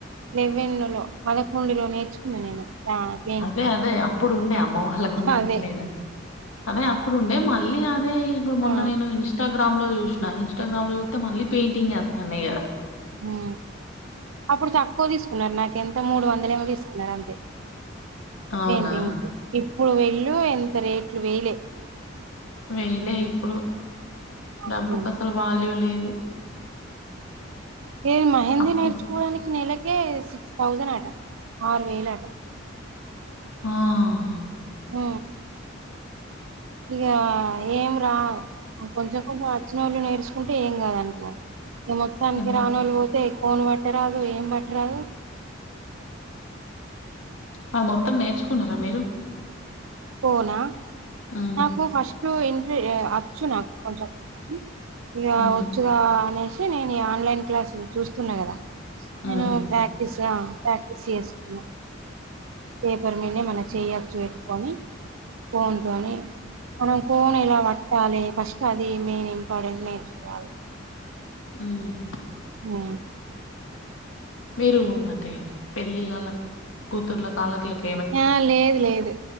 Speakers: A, on the right (about 80°); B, on the left (about 85°).
A: లెవెన్ లో పదకొండు లో నేర్చుకున్నా నేను ప్రాక్
B: అదే అదే అప్పుడు ఉండే అమ్మ వాళ్ళకు ఉండే
A: అదే
B: అంటలేనా అదే అమ్ ఇప్పుడుండే మళ్ళీ అదే ఇప్పుడు మొన్న
A: ఆ
B: నేను ఇన్ష్ ఇన్స్ట్రాగ్రామ్ లో జూశిన ఇన్స్టాగ్రామ్లో జూతే మళ్ళీ పెయింటింగే అత్తానయి గదా
A: ఊ అప్పుడు తక్కువ తీసుకున్నారు నాకెంత మూడు వందలు ఏమో తీసుకున్నారు. అంతే!
B: అవునా?
A: పెయింటింగ్స్ ఇప్పుడు వెళ్ళు ఎంత రేట్లు వేయిలే
B: వేయిలే ఇప్పుడు
A: అవును
B: డబ్బుకసలు వాల్యూ లేదు.
A: ఏ మహేంది
B: అప్పు
A: నేర్చుకోవడానికి నెలకే సిక్స్ థౌజెన్ అట ఆరు వేల అట
B: ఆ
A: మ్ ఇగ ఏం రా కొంచెం కొంచెం వచ్చిన వాళ్ళు నేర్చుకుంటే ఏం కాదనుకో ఇగ మొత్తానికి
B: ఏమో
A: రానోళ్ళు పోతే కోను పట్టరాదు ఏం పట్టరాదు
B: మరి మొత్తం నేర్చుకున్నారా మీరు
A: పోనా
B: హ్మ్.
A: నాకు ఫస్ట్ ఇంట వచ్చు నాకు కొంచెం కొంచెం ఇగ
B: హ్మ్.
A: వచ్చుగా అనేసి నేను ఈ ఆన్లైన్ క్లాసులు చూస్తున్నా కదా
B: హ్మ్.
A: నేను ప్రాక్టీస్ ఆ ప్రాక్టీస్ చేసుకున్నా పేపర్ మీదనే మన చేయ్యచ్చు పెట్టుకొని కోన్ తోని మనం కోన్ ఏలా పట్టాలే ఫస్ట్ అది మెయిన్ ఇంపార్టెంట్ నేర్చుకోవాలే
B: మ్
A: మ్
B: మీరు అంటే పెళ్ళిళ్ళల కూతుర్ల అల్లకిళ్ళక్
A: ఆ లేదు లేదు